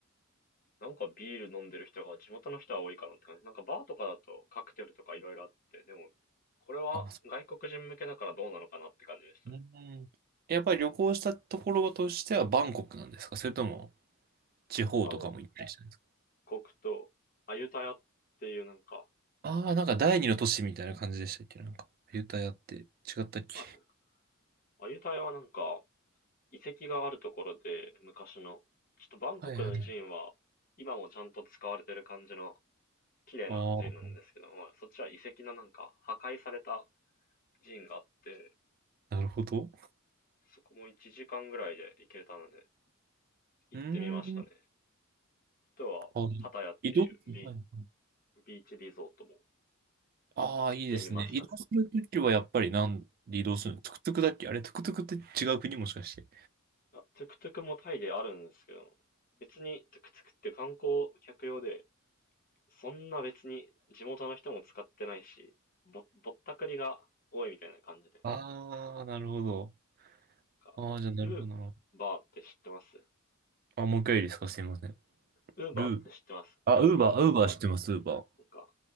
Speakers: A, on the left; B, on the right.
A: なんかビール飲んでる人が地元の人は多いかなって感じ。なんかバーとかだとカクテルとかいろいろあって、でも、これは外国人向けだからどうなのかなって感じでしたね。
B: あ、まあそううん。やっぱり旅行したところとしてはバンコクなんですかそれとも地方とかも行ったりしたんですか
A: バンコクとアユタヤっていうなんか、
B: ああー、なんか第二の都市みたいな感じでしたっけなんか、ユタヤって違ったっけ
A: あと、アユタヤはなんか、遺跡があるところで、昔の。ちょっとバンコクの寺院は、
B: はいはい。
A: 今もちゃんと使われてる感じの綺麗な寺院なんですけども、
B: あ
A: そっちは遺跡のなんか破壊された寺院があって、
B: あ、なるほど。
A: そこも1時間ぐらいで行けたので、行ってみましたね。
B: うーん。
A: あとは、
B: あ、
A: パタヤっていうビ
B: 移動、はいはい。
A: ービーチリゾートも
B: ああ、
A: 行ってみましたね。
B: いいですね。移動するときはやっぱりなんで移動するのトゥクトゥクだっけあれ、トゥクトゥクって違う国もしかして。
A: あトゥクトゥクもタイであるんですけど、別にトゥクトゥクって観光客用で、そんな別に地元の人も使ってないし、ぼ、ぼったくりが多いみたいな感じで。なん
B: ああー、なるほど。
A: か、
B: ああ、じゃあなるほどな。
A: ウーバーって知ってます
B: あ、もう一回いいですかすいません。
A: ウーバーって知ってますウーバーって。
B: ルー。あ、ウーバー、ウーバー知ってます、ウーバ
A: なんか、